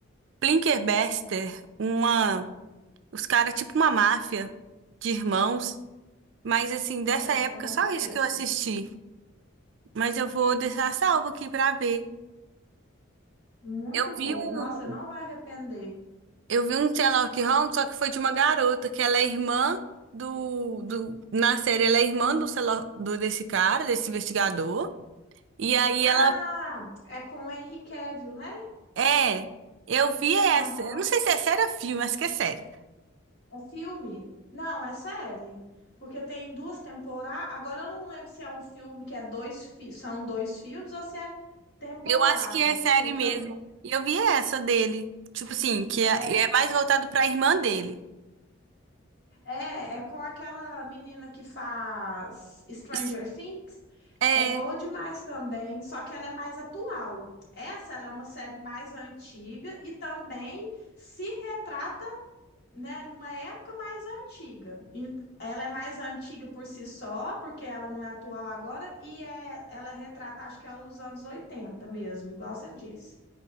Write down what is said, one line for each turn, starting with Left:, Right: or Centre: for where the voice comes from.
Right: Plinkerberster, uma os caras tipo uma máfia de irmãos, mas assim dessa
Left: Essa
Right: época
Left: eu não
Right: só
Left: conheço.
Right: isso que eu assisti. Mas eu vou deixar salvo aqui para ver.
Left: Muito
Right: Eu
Left: boa.
Right: vi um,
Left: Nossa, não vai arrepender.
Right: eu vi um Sherlock Holmes, só que foi de uma garota que ela é irmã do, do na série ela é irmã do, Sherlock- do desse cara, desse investigador. E aí
Left: Ah,
Right: ela
Left: é com o Henry Cavill, né?
Right: É, eu vi essa.
Left: Aham.
Right: Eu não sei se é série ou filme, acho que é série.
Left: É filme? Não, é série. Porque tem duas temporadas. Agora eu não lembro se é um filme que é dois fi- são dois filmes ou se é temporada.
Right: Eu acho que é série
Left: Porque
Right: mesmo.
Left: eu-
Right: E eu vi essa dele. Tipo assim, que
Left: é,
Right: é, é mais voltado pra irmã dele.
Left: é, é com aquela menina que faz Stranger
Right: Isso-
Left: Things.
Right: É.
Left: É boa demais também, só que ela é mais atual. Essa ela é uma série mais antiga e também se retrata né, numa época mais antiga. Ent- Ela é mais antiga por si só, porque ela não é atual agora, e é, ela retrata, acho que é os anos 80 mesmo, igual você disse.